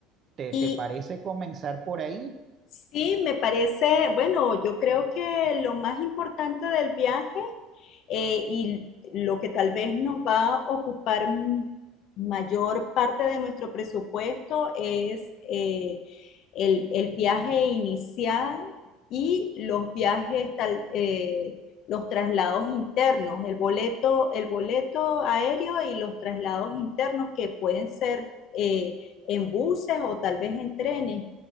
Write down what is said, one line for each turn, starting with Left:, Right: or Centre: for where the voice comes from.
Right: ¿Te,
Left: Y
Right: te parece comenzar por ahí?
Left: Sí, me parece, bueno, yo creo que lo más importante del viaje eh, y lo que tal vez nos va a ocupar mayor parte de nuestro presupuesto es eh, el, el, viaje inicial y los viajes tal, eh, los traslados internos, el boleto, el boleto aéreo y los traslados internos que pueden ser eh, en buses o tal vez en trenes.